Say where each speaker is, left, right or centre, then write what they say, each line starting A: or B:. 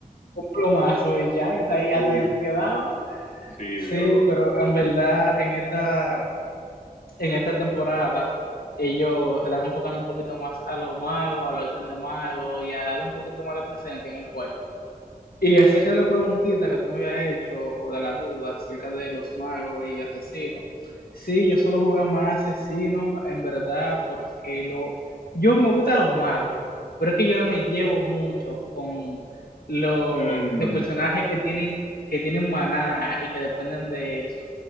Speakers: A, on the left; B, on the left.
A: un plomazo y ya, y hasta ahí, hasta
B: Uy,
A: ahí te quedabas.
B: sí,
A: Sí,
B: yo.
A: pero en verdad, en esta en esta temporada ellos se están enfocando un poquito más a los magos, a los ítems de magos y a darle un poquito más de presencia en el juego. Y
B: Ok.
A: acerca de la preguntita que tú me habías hecho, o de la duda acerca de los magos y asesinos, sí, yo solo jugaba más asesinos, en verdad, porque lo, yo me gustan los magos, pero es que yo no me llevo mucho con lo-
B: Mm.
A: los personajes que tienen, que tienen maná y que dependen de eso.